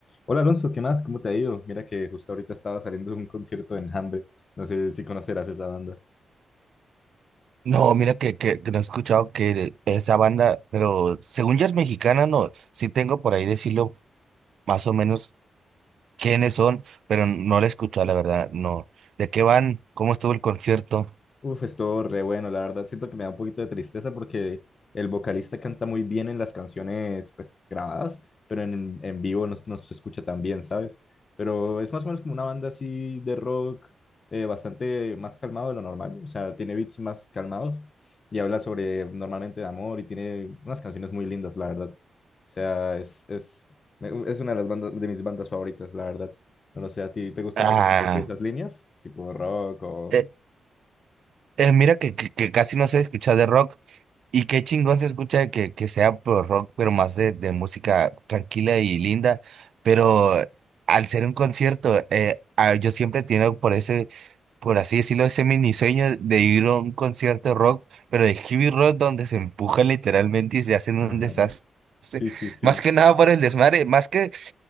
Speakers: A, on the left (about 40°); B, on the right (about 70°).
A: Hola Alonso, ¿qué más? ¿Cómo te ha ido? Mira que justo ahorita estaba saliendo de un concierto en Hambre. No sé si conocerás esa banda.
B: No, mira que, que, que no he escuchado que esa banda, pero según ya es mexicana, no, sí tengo por ahí decirlo más o menos quiénes son, pero no la he escuchado, la verdad, no. ¿De qué van? ¿Cómo estuvo el concierto?
A: Uf, estuvo re bueno, la verdad siento que me da un poquito de tristeza porque el vocalista canta muy bien en las canciones pues grabadas, pero en, en vivo no, no se escucha tan bien, ¿sabes? Pero es más o menos como una banda así de rock eh, bastante más calmado de lo normal, o sea, tiene beats más calmados y habla sobre normalmente de amor y tiene unas canciones muy lindas, la verdad. O sea, es, es, me- es una de las bandas, de mis bandas favoritas, la verdad. No lo sé, ¿a ti te gusta
B: Ah,
A: más o menos así esas líneas? Tipo rock o...
B: eh, Eh, mira que, que, que casi no se escucha de rock y qué chingón se escucha de que, que sea pro rock, pero más de, de música tranquila y linda. Pero al ser un concierto, eh, ah, yo siempre tengo por ese, por así decirlo, ese mini sueño de ir a un concierto de rock, pero de heavy rock donde se empujan literalmente y se hacen un
A: <laughs>
B: desastre.
A: Sí, sí, sí.
B: Más que nada por el desmadre, más que